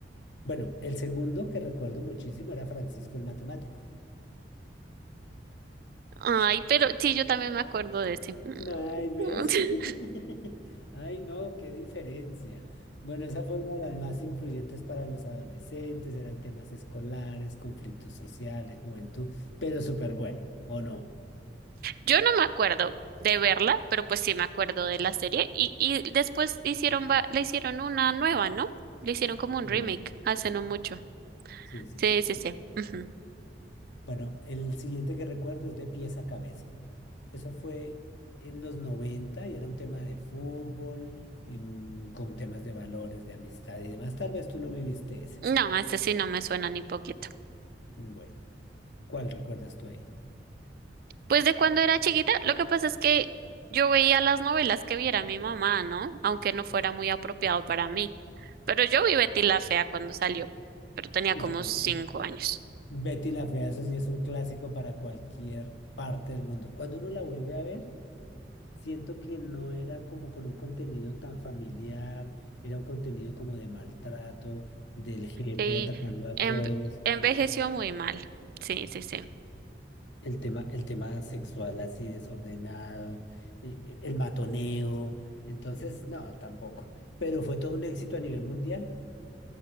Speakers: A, on the left (about 80°); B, on the right (about 55°).
A: Bueno, el segundo que recuerdo muchísimo era Francisco el Matemático.
B: Ay, pero sí, yo también me acuerdo de ese.
A: Ay, ¿ves?
B: <laughs>
A: <laughs> Ay, no, qué diferencia. Bueno, esa fue una de las más influyentes para los adolescentes, eran temas escolares, conflictos sociales, juventud, pero súper bueno, ¿o no?
B: Yo no me acuerdo de verla, pero pues sí me acuerdo de la serie. Y, y después hicieron, va- le hicieron una nueva, ¿no? Le hicieron como un
A: Sí,
B: remake hace no mucho.
A: sí, sí, sí.
B: Sí,
A: sí.
B: sí, sí. ujú.
A: Bueno, el siguiente que recuerdo es de pies a cabeza. Eso fue en los 90 y era un tema de fútbol, em, con temas de valores, de amistad y demás. Tal vez tú no viviste esa.
B: No, este sí no me suena ni poquito.
A: Mm, Bueno, ¿cuál recuerdas tú ahí?
B: Pues de cuando era chiquita, lo que pasa es que yo veía las novelas que viera mi mamá, ¿no? Aunque no fuera muy apropiado para mí. Pero yo vi Betty la Fea cuando salió, pero tenía
A: Ah, no,
B: como
A: pero
B: cinco
A: sí.
B: años.
A: Betty la Fea, eso sí es un clásico para cualquier parte del mundo. Cuando uno la vuelve a ver, siento que no era como con un contenido tan familiar, era un contenido como de maltrato, del jefe
B: Sí,
A: atacando a
B: en-
A: todos,
B: envejeció muy mal. Sí, sí, sí.
A: el tema, el tema sexual así desordenado, y- y el matoneo. Entonces, no, tampoco. Pero fue todo un éxito a nivel mundial.